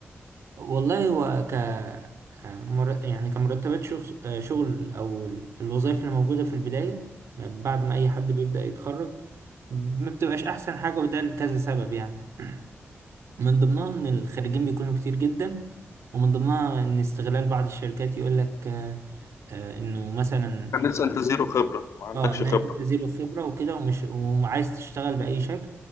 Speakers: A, on the right (about 75°); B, on the left (about 85°).
A: والله هو ك آه، مر- يعني كمرتبات شغل آه، شغل او الوظائف اللي موجودة في البداية آه، بعد ما اي حد بيبدأ يتخرج ما بتبقاش احسن حاجة وده لكذا سبب يعني من ضمنها ان الخريجين بيكونوا كتير جدا ومن ضمنها ان استغلال بعض الشركات يقول لك آه، آه، انه مثلا
B: كان لسه انت زيرو خبره ما عندكش
A: اه انك
B: خبره
A: انت زيرو خبرة وكده ومش وعايز تشتغل بأي شكل